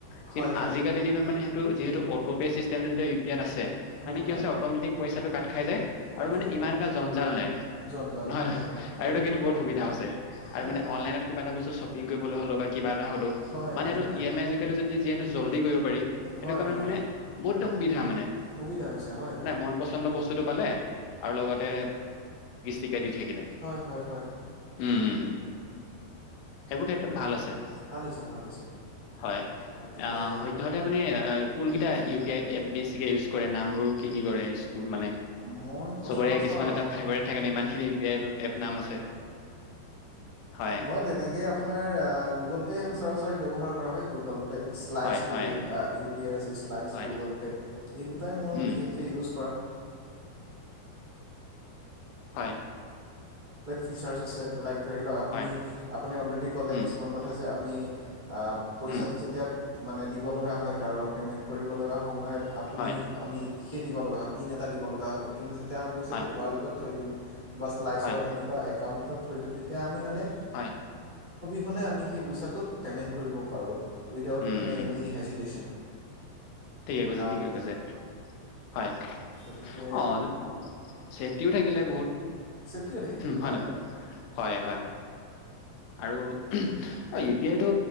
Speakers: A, on the left (about 85°); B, on the right (about 70°).
A: কিু
B: হয় হয়
A: আজাল দিনত মান সটো যি অ <unintelligible> ইয়াত আছে,
B: হয়
A: মানে কি
B: হয়
A: হৈছে অটমেটিক পইচাটো কাট খাই যায়,
B: কাট
A: আৰু মানে
B: খাই যায়
A: ইমান এটা জঞ্জাল নাই।
B: জঞ্জাল
A: হয়,
B: নাই হয়
A: আৰু এইটো
B: হয়
A: কিন্তু বহুত সুবিধা আ হৈছে, আৰু
B: হয়
A: মানে
B: হয়
A: অনলাইনত কিবা এটা বস্তু্বপিং হল বা কিবা এটা হ
B: হয়
A: মানে
B: হয়
A: সটো
B: হয়
A: ই এম আই য যদি যিহেতু জল্দি কৰিব পাৰি সেইটো
B: হয়
A: কাৰণে
B: হয়
A: মানে বহুত এটা সুবিধা মানে
B: সুবিধা হৈছে হয়
A: নাই মন পচন্দ বস্তু ব্তু তো পালে আৰু লগতে <unintelligible> দি থাকিলে,
B: হয় হয় হয়
A: উম-উম। সেইবোৰ ক্ষেত্ৰত ভাল আছে,
B: ভাল হৈছে ভাল হৈছে
A: হয়।
B: গতিকে
A: অ', সদ্যহতে মানে কোন কেইটা উ পি আই ইউজ কৰে নাম বোৰ কি কি কৰে স্ মানে
B: মই সচৰাচৰ
A: চবৰে কিছুমান এটা ফেভৰেট থাকে ইমান খিনি <unintelligible> প নাম আছে <unintelligible> হয়
B: মই তেনেকে আপোনাৰ গুগল পেয় হৈছো <unintelligible> <unintelligible> ব্যৱহাৰ কৰা হয় গুগল পে' শ্লাইচ
A: হয়
B: বুলি
A: হয়
B: ইউ পি আই আছে শ্লাইছ
A: হয়
B: গুগল পে' এই দুটাই মোৰ
A: উম
B: বিশেষকৈ ইউজ
A: হয়
B: <inaudible> <unintelligible> <inaudible> ফিচাৰছ্ আছে লাইক। ধৰি লক আপুনি
A: হয়
B: আপুনি অলৰেডি ক'লে
A: উম
B: কিছুমান কথা যে আমি পইচাটো
A: উম,
B: যেতিয়া মানে দিব লগা হয়, কাৰোব পেমেন্ট কৰিব লগা সময়ত আপুনি
A: হয়,
B: আমি। সেই দিব লগা হয় পিন এটা দিব লগা হয় কিন্তু যেতিয়া পটো
A: হয়,
B: থ দিওঁ বা শ্লাইচৰ
A: হয়,
B: এনেকুৱা একাউট থৈ দিওঁ তেতিয়া আমি মানে
A: হয়,
B: প নে আমি সেই পইচাটোোক পে'মেণ্ট কৰিব পাৰোঁ উইডাউট
A: উম,
B: মানে
A: উম,
B: এনি হেজিটেশ্যন
A: ঠিকে কৈছে। ঠিকে
B: তেতিয়া
A: কৈছে। হয়।
B: গতিকে
A: অ', চেফটিও থাকিলে বহুত
B: ছেফটিয়ে থাকিলে
A: হয় নাই বাৰু হয় হয় আৰু অ' ইউ পি আইতটো